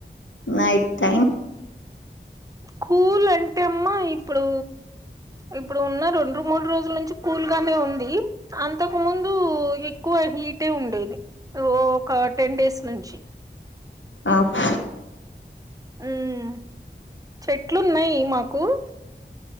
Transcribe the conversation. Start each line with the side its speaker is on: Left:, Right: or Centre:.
Left: నైట్ టైం
Right: కూల్ అంటే అమ్మా ఇప్పుడు ఇప్పుడు ఉన్న రెండు మూడు రోజుల నుంచి కూల్గానే ఉంది అంతకు ముందు ఎక్కువ హీటే ఉండేది ఒక టెన్ డేస్ నుంచి
Left: ఆఫ్
Right: ఉమ్ చెట్లున్నాయి మాకు కు